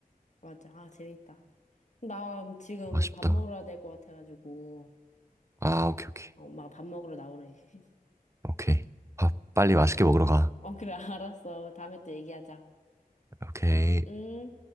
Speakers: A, on the left (about 50°); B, on the right (about 20°).
A: 맞아. 아, 재밌다. 나 지금
B: 아쉽다
A: 밥 먹으러 될 것 같아가지고,
B: 아 오케이 오케이
A: 엄마가 밥 먹으러 나오래. <laughs>
B: 오케이 밥 빨리 맛있게 먹으러 가
A: 어, 그래, 알았어. 다음에 또 얘기하자.
B: 오케이
A: 응?